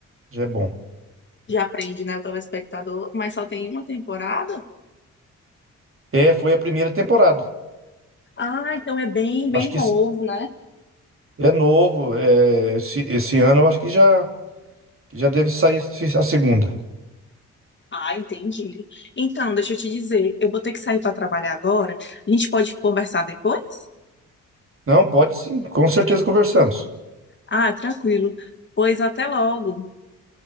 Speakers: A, on the right; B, on the left.
A: já é bom.
B: Já aprende, né, o telespectador? Mas só tem uma temporada?
A: É, foi a primeira temporada.
B: Ah, então é bem,
A: Eu
B: bem
A: acho que
B: novo,
A: s-
B: né?
A: é novo, é, esse, esse ano eu acho que já, que já deve sair se- a segunda.
B: Ah, entendi. Então, deixa eu te dizer, eu vou ter que sair para trabalhar agora. A gente pode conversar depois?
A: Não, pode sim, com certeza conversamos.
B: Ah, tranquilo. Pois até logo.